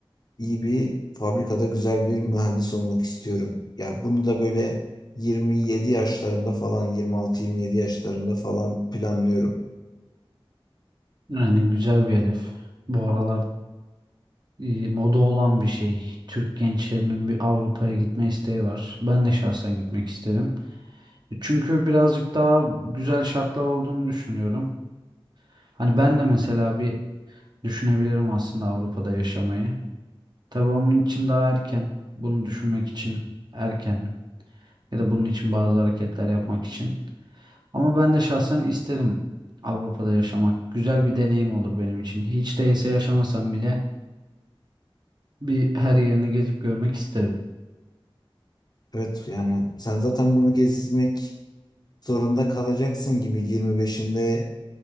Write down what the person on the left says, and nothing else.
iyi bir fabrikada güzel bir mühendis olmak istiyorum. Yani bunu da böyle 27 yaşlarımda falan, 26-27 yaşlarımda falan planlıyorum.
Evet yani sen zaten bunu gezmek zorunda kalacaksın gibi 25'inde